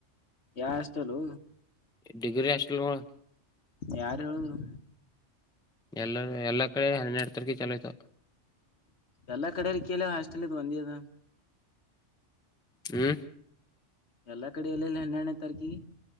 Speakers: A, on the left; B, in the centre.
A: ಯಾ ಹಾಸ್ಟೆಲೋ
B: ಡಿಗ್ರಿ ಹಾಸ್ಟೆಲ್ಗಳು
A: ಯಾರು ಹೇಳ್ರದ್ರು.
B: ಎಲ್ಲರ ಎಲ್ಲ ಕಡೆ ಹನ್ನೆರಡು ತಾರಿಕ್ ಚಲೋಆಯ್ತ್.
A: ಎಲ್ಲಾ ಕಡಲಿಕೇಳ ಹಾಸ್ಟೆಲ ಇದು ಒಂದೆ ಹಾದ.
B: ಹು.
A: ಎಲ್ಲಾ ಕಡ ಎಲ್ಲೆಲಿ ಹನ್ಯಡನೇ ತಾರಾಕಿ.